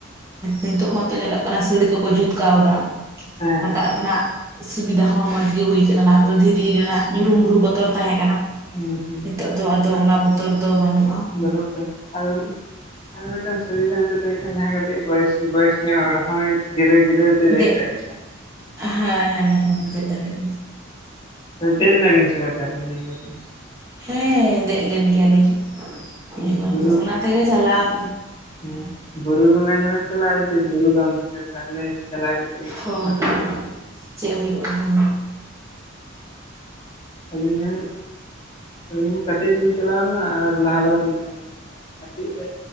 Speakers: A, on the right; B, on the left.
A: ᱱᱤᱛᱚᱜ ᱢᱟᱛᱚ ᱧᱮᱞᱚᱜ ᱠᱟᱱᱟ, ᱥᱤᱹᱲᱤ ᱠᱚᱠᱚ ᱡᱩᱛ ᱠᱟᱣᱫᱟ᱾
B: ᱦᱮᱸ
A: ᱨᱟᱠᱟᱵ
B: ᱦᱮᱸ ᱦᱮᱸ
A: ᱨᱮᱱᱟᱜ ᱥᱩᱵᱤᱫᱟ ᱦᱚᱸ ᱢᱚᱡᱽ ᱜᱮ ᱦᱩᱭ ᱟᱠᱟᱱᱟ, ᱞᱟᱦᱟ ᱛᱮᱫ ᱫᱷᱤᱨᱤ ᱨᱮᱱᱟᱜ ᱧᱩᱨᱩ-ᱢᱩᱨᱩ ᱵᱚᱛᱚᱨ ᱛᱟᱦᱮᱸ ᱠᱟᱱᱟ᱾
B: ᱦᱩᱸ ᱦᱩᱸ
A: ᱱᱤᱛᱚᱜ ᱫᱚ ᱟᱫᱚ ᱚᱱᱟ ᱵᱚᱛᱚᱨ ᱫᱚ ᱵᱟᱹᱱᱩᱜᱼᱟ᱾
B: ᱵᱟᱹᱱᱩᱜ ᱟᱫᱟ ᱟᱨ ᱟᱨ ᱢᱤᱫᱴᱟᱝ ᱥᱩᱵᱤᱫᱟ ᱞᱟᱹᱭ ᱠᱟᱱᱟ, ᱡᱟᱦᱟᱸ ᱠᱟᱹᱴᱤᱡ ᱵᱚᱭᱮᱥ, ᱵᱚᱭᱮᱥ ᱦᱚᱲ ᱦᱚᱸᱭ ᱡᱤᱛᱟᱹᱣ- ᱡᱤᱛᱟᱹᱣ ᱫᱩᱡ
A: ᱫᱮᱡ
B: ᱫᱟᱲᱮᱭᱟᱜᱼᱟ᱾
A: ᱦᱮᱸ ᱦᱮᱸ ᱦᱮᱸ, ᱫᱮᱡᱽ ᱫᱟᱲᱮᱭᱟᱜ᱾
B: ᱦᱮᱸ ᱫᱮᱡ ᱞᱮᱱᱟ ᱵᱤᱱ ᱥᱮ ᱵᱟᱝ ᱱᱤᱭᱟ ᱵᱟᱨ ᱫᱚ?
A: ᱦᱮᱸ ᱫᱮᱡ ᱞᱮᱱ ᱜᱮᱭᱟᱞᱤᱧ,
B: ᱦᱮᱸ
A: ᱱᱤᱭᱟ ᱵᱟᱨ
B: ᱵᱩᱨᱩ
A: ᱫᱚ, ᱚᱱᱟ ᱛᱮᱜᱮ ᱪᱟᱞᱟᱣ
B: ᱦᱮᱸ ᱵᱩᱨᱩ ᱵᱚᱸᱜᱟ ᱡᱮᱞ ᱪᱟᱞᱟᱜᱼᱟ, ᱡᱮ ᱵᱩᱨᱩ ᱵᱟᱢ ᱫᱮᱡᱚᱜ, ᱛᱟᱦᱚᱞᱮ ᱪᱟᱞᱟᱣ ᱠᱟᱛᱮ ᱜᱮ ᱪᱮᱫ
A: ᱦᱳᱭ
B: ᱵᱟᱝ
A: ᱪᱮᱫ ᱦᱩᱭᱩᱜᱼᱟ᱾
B: ᱟᱹᱞᱤᱧ ᱦᱚᱸ ᱟᱹᱞᱤᱧ ᱦᱚᱸ ᱠᱟᱹᱴᱤᱡ ᱨᱮ ᱞᱤᱧ ᱪᱟᱞᱟᱣ ᱞᱮᱱᱟ᱾ ᱞᱟᱦᱟ ᱵᱟᱨ ᱢᱤᱫ ᱞᱤᱧ ᱪᱟᱞᱟᱣᱱᱟ᱾ ᱠᱟᱹᱴᱤᱡ ᱨᱮ